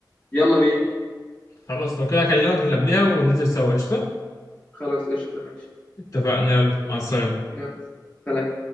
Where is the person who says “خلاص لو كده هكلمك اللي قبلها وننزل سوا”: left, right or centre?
Left